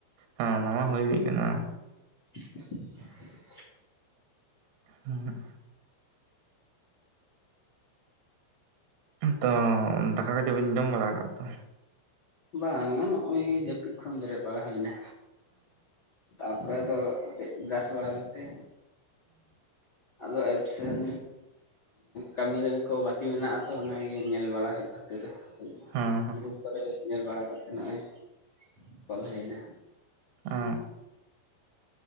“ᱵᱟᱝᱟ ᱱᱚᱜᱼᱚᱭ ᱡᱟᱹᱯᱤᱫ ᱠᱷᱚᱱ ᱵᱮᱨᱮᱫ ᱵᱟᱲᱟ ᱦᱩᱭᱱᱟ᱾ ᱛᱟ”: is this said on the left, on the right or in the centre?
Left